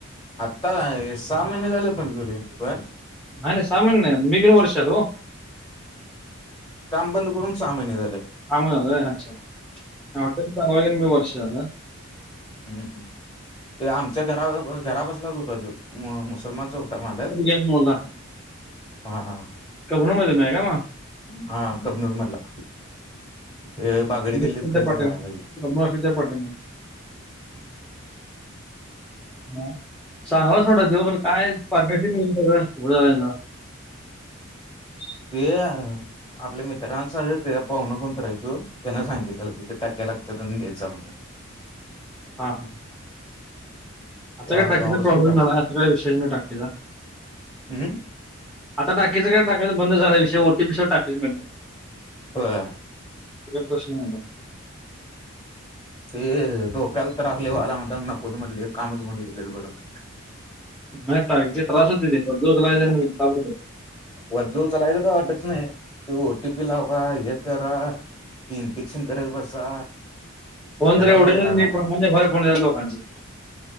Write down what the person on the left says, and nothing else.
आत्ता सहा महिने झाल बंद मी पण.
काम बंद करून सहा महिने झाल.
हम्म! ते आमच्या घरा- घरा, पसलाच होता तो. म मुसलमानचा होता मालक.
हा हा
हा कबनूर मधला ते बागडी
गिल्लीत काहीतरी
राहायलाल.
ते. आपल्या मित्रांचा त्या पाहुण कोण आहे तो त्यांना सांगितलयाला टक्क्या लागतात आणि घेत जा म्हणून.
तेव्हा
तवापासून
टाक
हम्म
होय.
ते डोक्याला त्रास लय व्हालय म्हणताना नकोच म्हटले कामच बंद गेलेलं बरं म्हटल.
ओझ उचलायचं काय वाटत नाही ते ओटी पी लावा ते हे करा. ती इन्पिक्शन करत बसा,
त्याचाच
वैताग
आला.